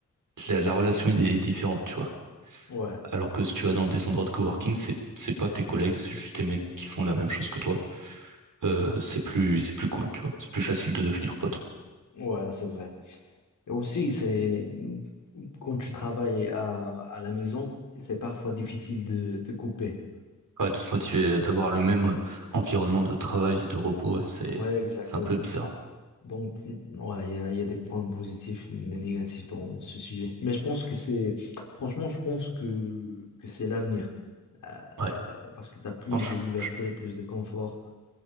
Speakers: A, on the right; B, on the left.
A: la, la relation est différente, tu vois.
B: ouais,
A: Alors que si tu vas dans des endroits de coworking, c'est c'est pas tes collègues, c'est juste des mecs qui font la même chose que toi. Euh, c'est plus c'est plus cool, tu vois. C'est plus facile de devenir pote.
B: ouais, c'est vrai. Et aussi, c'est quand tu travailles à, à la maison, c'est parfois difficile de, de couper.
A: Ouais, de se motiver, d'avoir le même euh, environnement de travail et de repos, ouais, c'est
B: Ouais, exactement.
A: c'est un peu bizarre.
B: Donc, ouais, il y a, il y a des points positifs, des négatifs dans ce sujet. Mais je pense que c'est, franchement, je pense que, que c'est l'avenir. Euh,
A: Ouais.
B: parce que tu as plus
A: Non, je,
B: de liberté,
A: je,
B: plus de confort.